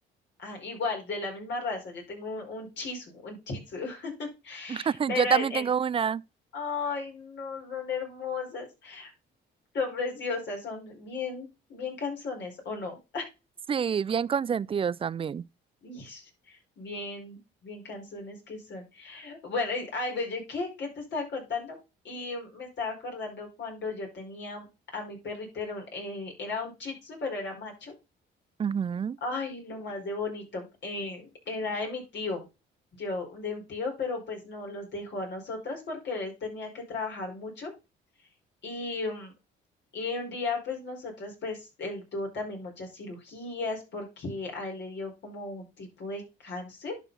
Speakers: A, on the left; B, on the right.
A: ah, igual, de la misma raza, yo tengo un, un chisu, un chitsu, <laughs>
B: <laughs>
A: pero
B: yo
A: en,
B: también
A: en-
B: tengo una.
A: ay, no, son hermosas, son preciosas, son bien, bien canzones, ¿o no?
B: Sí, bien consentidos también.
A: Ish, bien, bien canzones que son. Bueno, y- ay, ve, yo, ¿qué? ¿Qué te estaba contando? Y me estaba acordando cuando yo tenía a mi perrito, era un, eh, era un Shih Tzu, pero era macho.
B: Ujú,
A: Ay, lo más de bonito. Eh, era de mi tío, yo, de un tío, pero pues no los dejó a nosotras porque él tenía que trabajar mucho. Y, mm, y un día, pues nosotras, pues él tuvo también muchas cirugías porque a él le dio como un tipo de cáncer